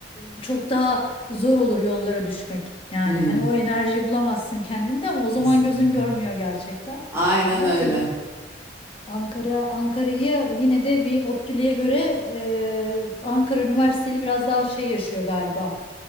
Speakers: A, on the left; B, on the right.
A: e, çok daha zor olur yollara düşmek. Yani
B: hı hı,
A: hani o enerjiyi bulamazsın kendinde ama o
B: kesinlikle.
A: zaman gözün görmüyor gerçekten.
B: Aynen
A: Ama
B: öyle.
A: tabii Ankara Ankara'yı yine de bir ODTÜ'lüye göre e, Ankara Üniversiteli biraz daha şey yaşıyor galiba.